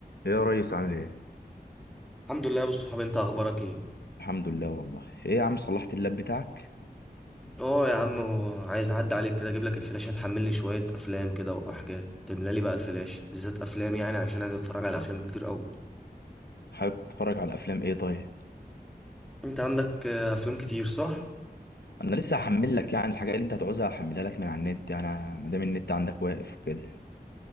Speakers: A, on the left; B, in the centre.
A: يا ريس عامل ايه؟
B: الحمد لله يا ابو الصحاب انت اخبارك ايه
A: الحمد لله والله ايه يا عم صلحت اللاب بتاعك
B: اه يا عم هو عايز اعدي عليك كده اجيب لك الفلاشه تحمل لي شويه افلام كده وحاجات تملى لي بقى الفلاشه بالذات افلام يعني عشان عايز اتفرج على افلام كتير قوي
A: حابب تتفرج على افلام ايه طيب
B: انت عندك آه، افلام كتير صح
A: انا لسه هحمل لك يعني الحاجه اللي انت هتعوزها هحملها لك من على النت يعني ما دام النت عندك واقف وكده